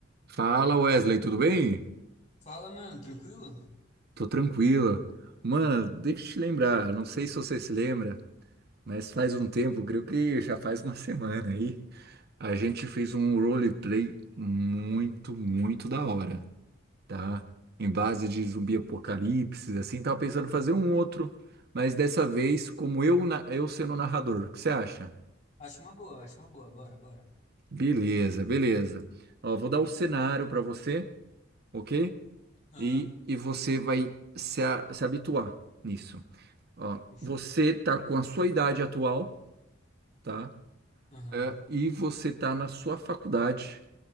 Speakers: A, on the right; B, on the left.
A: Fala Wesley, tudo bem?
B: Fala, mano, tranquilo?
A: Tô tranquila. Mano, deixa eu te lembrar, não sei se você se lembra, mas faz um tempo, creio que já faz uma <laughs> semana aí, a gente fez um roleplay muito, muito da hora, tá? Em base de zumbi apocalipse, assim, tava pensando em fazer um outro, mas dessa vez, como eu, na- eu sendo o narrador, o que você acha?
B: Acho uma boa, acho uma boa, bora, bora.
A: Beleza, beleza. Ó, vou dar o cenário pra você, ok?
B: Aham,
A: e, e você vai se, a- se habituar nisso. Ó,
B: fechou.
A: você tá com a sua idade atual, tá?
B: Aham.
A: É, e você tá na sua faculdade,